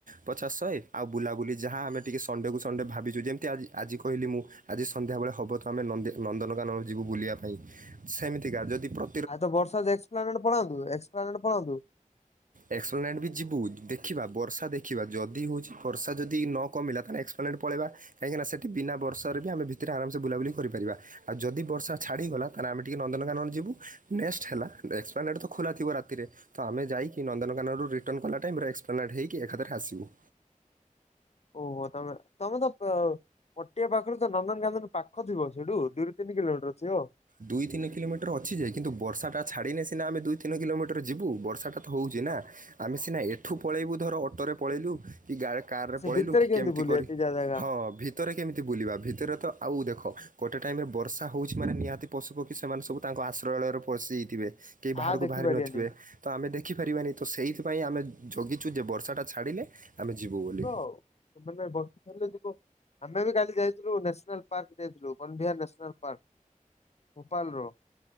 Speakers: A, on the right; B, on the left.
A: ପଚାଶ ଶହେ ଆଉ ବୁଲାବୁଲି ଯାହା ଆମେ ଟିକିେ ସଣ୍ଡେକୁ ସଣ୍ଡେ ଭାବିଛୁ ଯେମିତି ଆଜି ଆଜି କହିଲି ମୁଁ ଆଜି ସନ୍ଧ୍ୟାବେଳେ ହବ ତ ଆମେ ନନ୍ଦୀ ନନ୍ଦନକାନ ଯିବୁ ବୁଲିବା ପାଇଁ ସେମିତିକା ଯଦି ପ୍ର
B: ଆ ଏତ ବର୍ଷା ଏକ୍ସପଲ୍ଲାନେଟ୍ ପଳାନ୍ତୁ ଏକ୍ସପଲ୍ଲାନେଟ୍ ପଳାନ୍ତୁ।
A: ଏକ୍ସପ୍ଲେନେଣ୍ଟ୍ ବି ଯିବୁ ଦେଖିବା ବର୍ଷା ଦେଖିବା ଯଦି ହେଉଛି ବର୍ଷା ଯଦି ନ କମିଲା ତାହାନେ ଏକ୍ସପ୍ଲେନେଣ୍ଟ୍ ପଳେଇବା। କାହିଁକିନା ସେଠି ବିନା ବର୍ଷାରେ ବି ଆମ ଭିତରେ ଆରାମ୍ ସେ ବୁଲାବୁଲି କରିପାରିବା। ଆଉ ଯଦି ବର୍ଷା ଛାଡ଼ିଗଲା ତାହେନେ ଆମେ ଟିକେ ନନ୍ଦନକାନନ ଯିବୁ ନେକ୍ସଟ ହେଲା ଏକ୍ସପଲ୍ଲାନେଟ୍ ତ ଖୋଲା ଥିବ ରାତିରେ। ତ ଆମେ ଯାଇକି ନନ୍ଦନକାନନରୁ ରିଟର୍ନ କଲା ଟାଇମ୍ ରେ ଏକ୍ସପ୍ଲାନେଟ୍ ହେଇକି ଏକାଥରେ ଆସିବୁ।
B: ଓହୋ ତମେ ତମେ ତ <unintelligible> ପଟିଆ ପାଖରୁ ତ ନନ୍ଦନକାନନ୍ଦନ ପାଖ ଥିବ ସେଇଠୁ ଦୁଇରୁ ତିନି କିଲୋମିଟର ଥିବ।
A: ଦୁଇ ତିନି କିଲୋମିଟର ଅଛି ଯେ କିନ୍ତୁ ବର୍ଷାଟା ଛାଡ଼ିନେ ସିନା ଆମେ ଦୁଇ ତିନ କିଲୋମିଟର ଯିବୁ ବର୍ଷାଟା ତ ହେଉଛି ନା ଆମେ ସିନା ଏଠୁ ପଳେଇବୁ ଧର ଅଟୋରେ ପଳେଇଲୁ କି ଗା କାର ରେ
B: ସେ
A: ପଳେଇଲୁ
B: ଭିତରେ
A: କି କେମିତି
B: ବୁଲିବା
A: କରି
B: ଏତେ ଯା ଜାଗା
A: ହଁ ଭି ଭିତରେ କେମିତି ବୁଲିବା ଭିତରେ ତ ଆଉ ଦେଖ ଗୋଟେ ଟାଇମ ରେ ବର୍ଷା ହଉଛି ମାନେ ନିହାତି ପଶୁ ପକ୍ଷୀ ସେମାନେ ସବୁ ତାଙ୍କ ଆଶ୍ରୟଳୟରେ ପଶିଯାଇଥିବେ କେହି ବାହାରକୁ
B: ଆ ଦେଖିପାରିବାନି।
A: ବାହାରି ନଥିବେ ତ ଆମେ ଦେଖିପାରିବାନି ତ ସେଇଥିପାଇଁ ଆମେ ଜଗିଛୁ ଯେ ବର୍ଷାଟା ଛାଡ଼ିଲେ ଆମେ ଯିବୁ ବୋଲି
B: ଯିବ ଆଉ ମାନେ ବର୍ଷା ଛାଡିଲେ ଯିବ। ଆମେ ବି କାଲି ଯାଇଥିଲୁ ନ୍ୟାସନାଲ ପାର୍କ ଯାଇଥିଲୁ ବନବିହାର ନ୍ୟାସନାଲ ପାର୍କ। ଭୋପାଳର